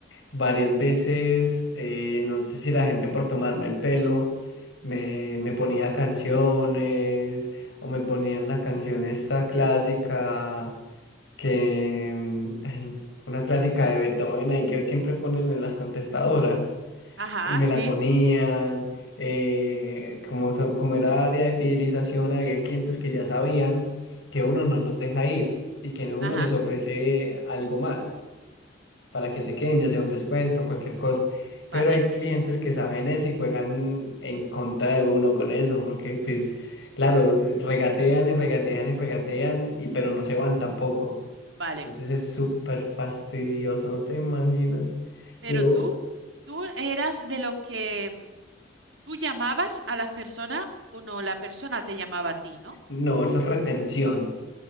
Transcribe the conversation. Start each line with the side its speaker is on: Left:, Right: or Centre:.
Left: Varias veces, eh, no sé si la gente por tomarme el pelo me, me ponía canciones o me ponían la canción esta clásica que, mm, ay, una clásica de Beethoven ahí que siempre ponen en las contestadoras.
Right: Ajá,
Left: y me
Right: sí.
Left: la ponían. eh, como, to- como era área de fidelización, habían clientes
Right: ujú,
Left: que ya sabían que uno no los deja ir y que uno
Right: Ajá,
Left: les ofrece algo más para que se queden, ya sea un descuento, cualquier cosa.
Right: vale,
Left: Pero hay clientes que saben eso y juegan en contra de uno con eso, porque pues, claro, regatean y regatean y regatean, y, pero no se van tampoco.
Right: vale.
Left: Entonces es súper fastidioso, no te imaginas.
Right: Pero
Left: Yo,
Right: tú, tú eras de los que mm, tú llamabas a las personas o no, la persona te llamaba a ti, ¿no?
Left: no, eso es retención.